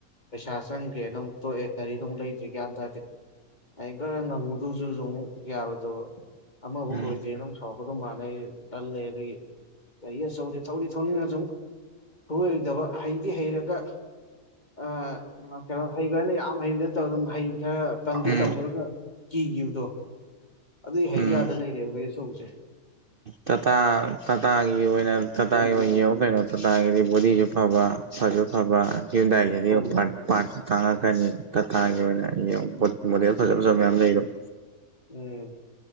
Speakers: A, on the left; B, on the right.
A: ꯄꯩꯁꯥ ꯆꯪꯒ꯭ꯔꯦꯅ ꯑꯃꯨꯛ ꯇꯣꯛꯑꯦ ꯒꯥꯔꯤꯒ ꯑꯃꯨꯛ ꯂꯩꯗ꯭ꯔꯤ ꯒ꯭ꯌꯥꯟ ꯇꯥꯗꯦ ꯑꯩ ꯒꯔ ꯉꯪꯉꯨꯗꯧꯗꯨꯖꯨ ꯑꯃꯨꯛ ꯌꯥꯔꯣꯏꯗꯕ ꯑꯃꯕꯨꯛ
B: ꯎꯝ ꯎꯝ
A: ꯂꯣꯏꯗꯔꯤꯅ ꯁꯥꯎꯒꯗꯕ ꯃꯥꯟꯂꯦ ꯑꯩ ꯇꯜꯂꯦ ꯑꯗꯨꯒꯤ ꯒꯥꯔꯤ ꯑꯆꯧꯕꯗꯤ ꯊꯧꯗꯤ ꯊꯧꯅꯤꯡꯉꯥ ꯁꯨꯝ ꯈꯨꯂꯣꯏꯗꯕ ꯍꯩꯗꯤ ꯍꯩꯔꯒ ꯑꯥ ꯀꯩꯅꯣ ꯍꯩꯕꯅ ꯌꯥꯝ ꯍꯩꯕꯗꯤ ꯅꯠꯇꯕ ꯑꯗꯨꯝ ꯍꯩ ꯈꯔ ꯇꯝꯖꯨ
B: ꯎꯝ
A: ꯇꯝꯃꯨꯔꯒ
B: ꯎꯝ
A: ꯀꯤꯒꯤꯕꯗꯣ ꯑꯗꯨꯏ ꯍꯥꯏꯌꯨ
B: ꯎꯝ
A: ꯌꯥꯗꯅ ꯂꯩꯔꯦꯕ ꯒꯥꯔꯤ ꯑꯆꯧꯕꯖꯦ
B: ꯇꯥꯇꯥ ꯇꯥꯇꯥꯒꯤ ꯑꯣꯏꯅ ꯇꯥꯇꯥꯒꯤ ꯑꯣꯏꯅ ꯌꯦꯡꯉꯨ ꯀꯩꯅꯣ ꯇꯥꯇꯥꯒꯤꯗꯤ ꯕꯣꯗꯤꯖꯨ ꯐꯕ ꯐꯖꯨ ꯐꯕ ꯍꯌꯨꯟꯗꯥꯏ ꯔꯦꯗꯤꯑꯣ
A: ꯈꯪꯗꯦ
B: ꯄꯥꯔ꯭ꯠ ꯄꯥꯔ꯭ꯠ ꯇꯥꯡꯉꯛꯀꯅꯤ ꯇꯥꯇꯥꯒꯤ ꯑꯣꯏꯅ ꯌꯦꯡꯉꯣ ꯃꯣꯗꯦꯜ ꯐꯖꯥ ꯐꯖꯕ ꯃꯌꯥꯝ ꯂꯩꯔꯝꯃꯦ
A: ꯎꯝ